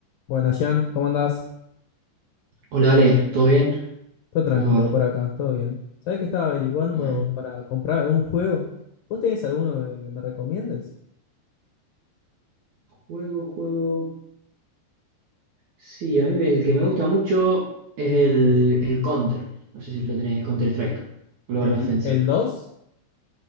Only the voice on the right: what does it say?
Hola Ale, ¿todo bien?
¿Cómo va?
Bueno,
juego, juego. Sí, a mí el que me gusta mucho es el, el Counter. No sé si lo tenés, el Counter Strike. Global
Offensive.